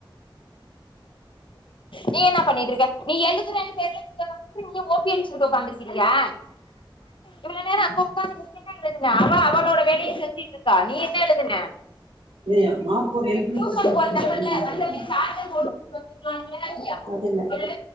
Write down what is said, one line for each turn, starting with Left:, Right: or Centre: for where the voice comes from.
Left: நீ என்ன பண்ணிட்டு இருக்க நீ எழுதுவேனு <unintelligible> நீ ஓபி அடிச்சுட்டு வந்து உக்காந்துருக்கியா இவ்ளோ நேரோ அங்க உக்காந்து என்ன எழுதுன அவ அவளோட வேலைய செஞ்சிட்டு இருக்கா நீ என்ன எழுதுன
Right: இல்லையா <unintelligible>
Left: டியூஷனுக்கு வந்தப்பல்ல வந்தப்ப சார்ஜர் போட்டு வந்துருக்கலாம்ல இல்லையா
Right: அது இல்ல
Left: சொல்லு